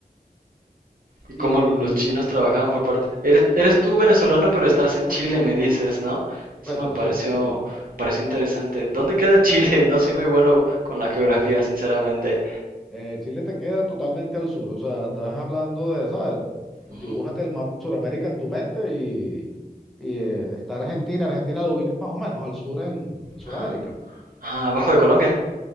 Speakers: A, on the right; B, in the centre.
A: y cómo
B: y
A: los chinos trabajaban por parte. Eres, eres tú venezolano, pero estás en Chile, me dices, ¿no? Eso
B: correcto,
A: me pareció,
B: sí, sí.
A: me pareció interesante. ¿Dónde queda Chile? <laughs> No soy muy bueno con la geografía, sinceramente.
B: Eh, Chile te queda totalmente al sur, o sea, estás hablando de, ¿sabes? Dibújate
A: Ujú,
B: el mapa de Sudamérica en tu mente y, y, eh, está Argentina, Argentina la ubicas más o menos al sur en Sudamérica.
A: ajá. Ah, abajo de Colombia.